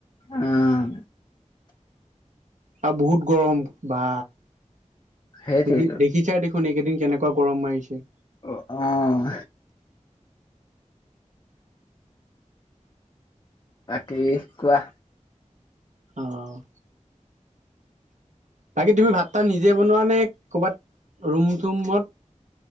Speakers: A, on the left; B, on the right.
A: উম,
B: আৰু বহুত গৰম বা
A: সেইটোৱেইটো।
B: দেখি দেখি কিচাৰ দেখোন এইকেইদিন কেনেকুৱা গৰম মাৰিছে।
A: অ', অ'। বাকী কোৱা।
B: অ'। বাকী তুমি ভাত তাত নিজে বনোৱা নে কৰ'বাত ৰুম চুমত